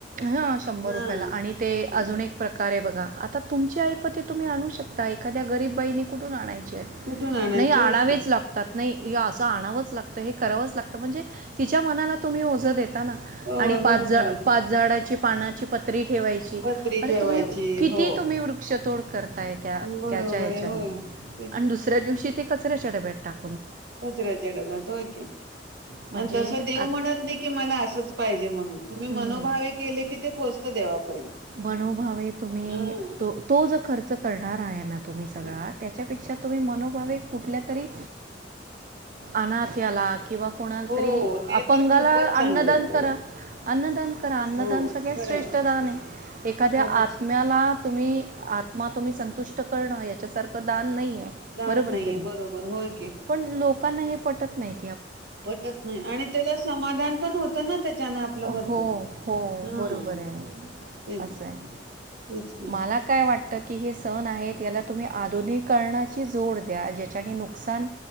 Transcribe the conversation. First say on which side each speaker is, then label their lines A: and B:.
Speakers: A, on the right; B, on the right.
A: हा शंभर
B: हां.
A: रुपयाला आणि ते
B: हं.
A: अजून एक प्रकार ये बघा, आता तुमची ऐपत आहे तुम्ही आणू शकताय. एखाद्या गरीब बाईनी कुठून आणायचे,
B: कुठून आणायचं?
A: नाही आणावेच
B: होय की.
A: लागतात. नाही असं आणावंच लागतं हे करावंच लागतं, म्हणजे तिच्या मनाला तुम्ही ओझं देत ना
B: होय,
A: आणि पाच-
B: बरोबर आहे.
A: पाच झाडाची पानाची पत्री ठेवायची
B: पत्री
A: अरे
B: ठेवायची.
A: तुम्ही किती
B: हो.
A: तुम्ही वृक्षतोड करताय त्या-
B: बरोबर
A: त्याच्या हेच्यात
B: आहे. होय. तेच.
A: दुसऱ्या दिवशी कचऱ्याच्या डब्यात टाक
B: कचऱ्याच्या डब्यात होय की.
A: म्हणजे
B: आणि तसं देव
A: आ-
B: म्हणत नाही की मला असंच पाहिजे म्हणून, तुम्ही
A: हम्म.
B: मनोभावे केले की ते पोहचत देवापर्यंत
A: मनोभावे तुम्ही
B: हां.
A: तो -तो जो खर्च करणार आहे ना, तुम्ही सगळा
B: हो,
A: त्याच्यापेक्षा तुम्ही मनोभावे कुठल्या तरी अनाथ याला किंवा कोणाला तरी
B: हो. ते
A: अपंगाला
B: तर खूपच चांगलं.
A: अन्नदान
B: हो,
A: करा. अन्नदान करा अन्नदान
B: हो.
A: सगळ्यात
B: खरं
A: श्रेष्ठ
B: आहे.
A: दान आहे, एखाद्या
B: खरंच.
A: आ आत्म्याला तुम्ही आत्मा तुम्ही संतुष्ट करणं याच्या सारखं दान नाहीये.
B: ताण
A: बरोबर
B: नाहीये.
A: की नाही,
B: बरोबर. होय की.
A: पण लोकांना हे पटत नाही.
B: पटत नाही आणि त्याला समाधान पण होत ना, त्याच्यानं आपलं भरपूर.
A: हो हो
B: हां.
A: बरोबर आहे
B: तेच,
A: असं आहे,
B: तेच की.
A: मला काय वा वाटतं की हे सण आहेत याला तुम्ही आधुनिकरणाची जोड द्या. ज्याच्याने नुकसान